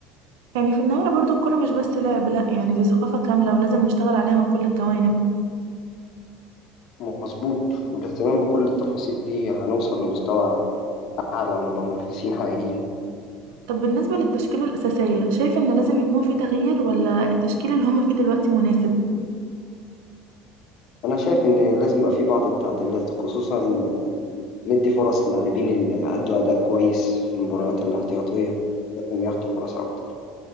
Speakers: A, on the right (about 80°); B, on the left (about 60°).
A: يعني في النهاية برضه الكرة مش بس لعب لا يعني دي ثقافة كاملة ولازم نشتغل عليها من كل الجوانب
B: مظبوط والاهتمام بكل التفاصيل دي هنوصل لمستوى أعلى ونبقى منافسين حقيقيين
A: طب بالنسبة للتشكيلة الأساسية شايف إن لازم يكون في تغيير ولا التشكيل اللي هما فيه دلوقتي مناسب؟
B: أنا شايف إن لازم يبقى في بعض التعديلات خصوصا ندي فرص للاعبين اللي أدوا أداء كويس في المباريات الاحتياطية لازم ياخدوا فرص أكتر